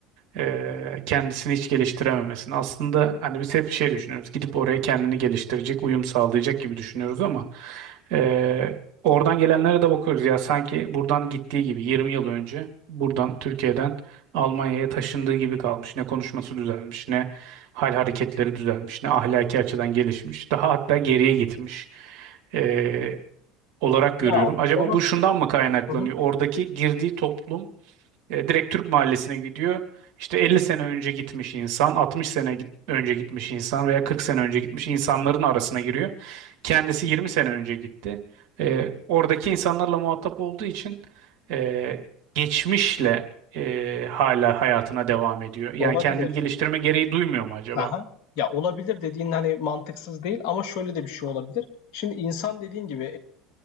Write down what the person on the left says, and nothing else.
Ya
o da
Hı hı,
olabilir.
Aha. Ya olabilir dediğin hani mantıksız değil ama şöyle de bir şey olabilir. Şimdi insan dediğin gibi